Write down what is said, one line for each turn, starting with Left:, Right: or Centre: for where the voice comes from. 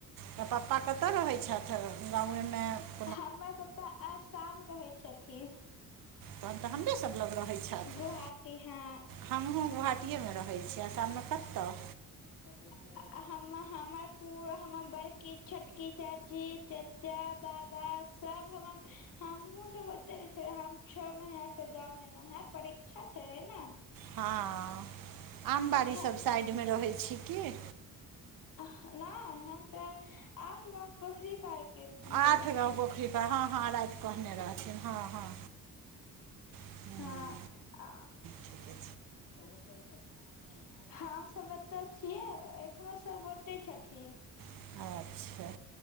Right: त पप्पा कतऽ रहै छथि है गाउए में।
Left: हमर पापा आशाम रहै छथिन।
Right: तहन तऽ हमरे सब लग रहै छथि
Left: गोहाटी हँ।
Right: हमहुँ गोहाटीएमे रहै छी, आशाम मे कतऽ।
Left: <inaudible> हम हमर पू हमर बड़की, छोटकी, चाची, चच चा बाबा सब हम हमहुं सब ओते रहे छलियै, हम छौ महीना से गाँव एलौं हैं परीक्षा छैलय न।
Right: हँ आमबाड़ी
Left: फै
Right: सब साइडमे रहै छी की।
Left: अह नहि हम तऽ आठ गाँव पोखरी पार के मे
Right: आठ
Left: रहै
Right: गाँंव
Left: छी
Right: पोखरि पर हँ-हँ, राति कहने रहथिन हँ- हँ। हूँ, हूँ,
Left: हँ अ
Right: ठीके
Left: ओे हं हम सब एतऽ छियै र, एखनो सब ओतय छथिन।
Right: छै अच्छा